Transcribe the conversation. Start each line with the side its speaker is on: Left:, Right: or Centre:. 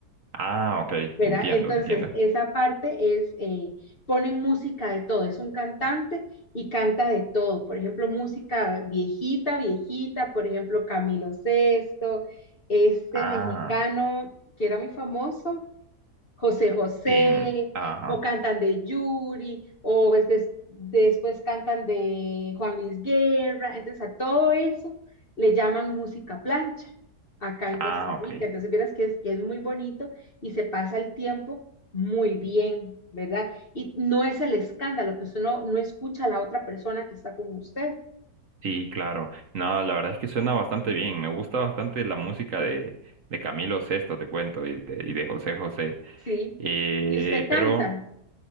Right: Ah, ok.
Left: ¿verdad?
Right: Entiendo,
Left: Entonces,
Right: entiendo.
Left: esa parte es, eh, ponen música de todo, es un cantante y canta de todo, por ejemplo, música viejita, viejita, por ejemplo, Camilo Sesto, este
Right: Ah,
Left: mexicano que era muy famoso, José José,
Right: em, ajá.
Left: o cantan de Yuri, o pues des- después cantan de Juan Luis Guerra, entonces a todo eso le llaman música plancha acá en
Right: Ah,
Left: Costa Rica,
Right: ok.
Left: entonces vieras que es, que es muy bonito y se pasa el tiempo muy bien, ¿verdad? Y no es el escándalo, que usted no, no escucha a la otra persona que está con usted,
Right: Sí, claro. No, la verdad es que suena bastante bien. Me gusta bastante la música de, de Camilo Sesto, te cuento, y de, y de José José.
Left: ¿sí?
Right: Eh,
Left: Y usted canta,
Right: pero